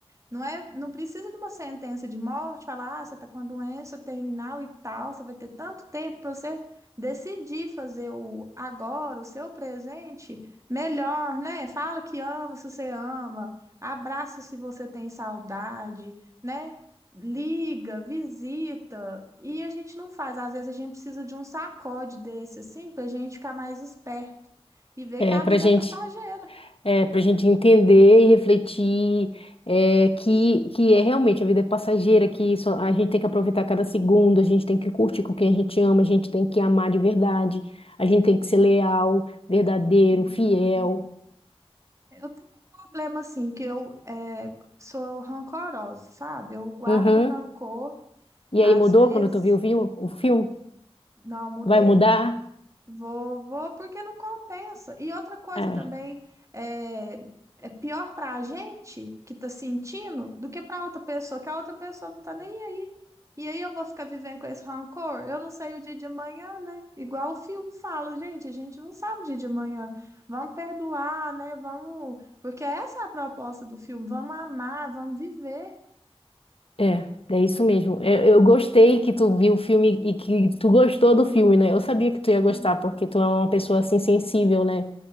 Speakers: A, on the right; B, on the left.
A: Não é, não precisa de uma sentença de morte, falar, ah, você está com a doença terminal e tal, você vai ter tanto tempo para você decidir fazer o agora, o seu presente melhor, né? Fala que ama, se você ama abraça se você tem saudade, né? Liga, visita. E a gente não faz. Às vezes a gente precisa de um sacode desse, assim, pra gente ficar mais esperto e ver
B: É
A: que a
B: pra
A: vida
B: gente,
A: é passageira.
B: é pra gente entender e refletir é, que, que é realmente a vida é passageira, que só, a gente tem que aproveitar cada segundo, a gente tem que curtir com quem a gente ama, a gente tem que amar de verdade, a gente tem que ser leal, verdadeiro,
A: É verdade.
B: fiel.
A: Eu tenho um problema, assim, que eu é, sou rancorosa, sabe? Eu guardo
B: Uhum.
A: rancor,
B: E
A: às
B: aí mudou
A: vezes.
B: quando tu viu, viu o filme?
A: Não, mudei.
B: Vai mudar?
A: Vou, vou, porque não compensa. E outra coisa
B: É,
A: também, é, é pior para a gente que tá sentindo do que para outra pessoa, que a outra pessoa não tá nem aí. E aí eu vou ficar vivendo com esse rancor? Eu não sei o dia de amanhã, né? Igual o filme fala, gente, a gente não sabe o dia de amanhã. Vamos perdoar, né? Vamos. Porque essa é a proposta do filme, vamos amar, vamos viver,
B: é, é isso mesmo. Eu, eu gostei que tu viu o filme e que tu gostou do filme, né? Eu sabia que tu ia gostar,
A: né?
B: porque tu é uma pessoa assim sensível, né?